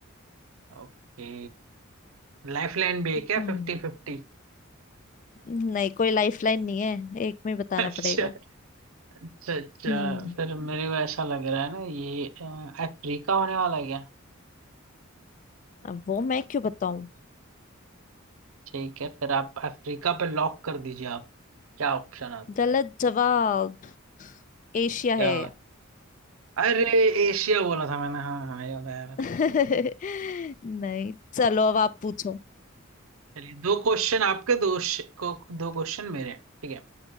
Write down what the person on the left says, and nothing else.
हम्म
नहीं कोई लाइफलाइन नहीं है एक में ही बताना
पड़ेगा
हम्म
अब वो मैं क्यों बताऊं
गलत
जवाब एशिया
है
<laughs>
नहीं चलो अब आप पूछो